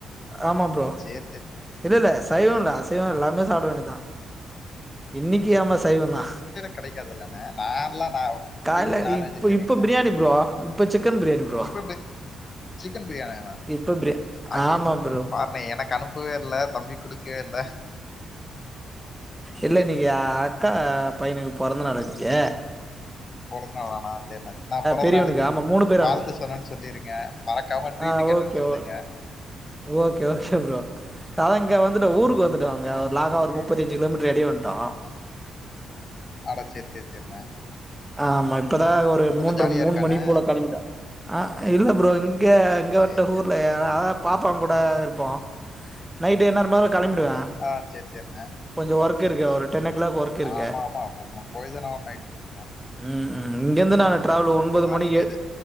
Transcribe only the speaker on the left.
சேரி சேரி சேரிண்ணே
கெடைக்காதுல்லன நான்லா நா
ப்யூர் நான்
வெஜிடேரியன்
தா
<unintelligible> சிக்கன் பிரியாணியேனா
ஐய்யய்யோ
பாருனே எனக்கு அனுப்பவே இல்ல தம்பிக் குடுக் <unintelligible>
பொறந்தநாளானா சேர் நா சேர் நா பொறந்த
நாளுக்கு
வாழ்த்து
சொன்னேன் சொல்லிருங்க மறக்காம ட்ரீட்டு
கேட்டன்
சொல்லுங்க
அட சேர் சேர் சேர்ன
ஜாலியா
இருக்கானே
சரி சரி சரிண்ணே
ஆ சேர் சேர்ண்ண
ஆமாம்மா போ போய் தானா ஆகணு நைட்டுக்கு கொஞ்சோ
கொஞ்சம் இது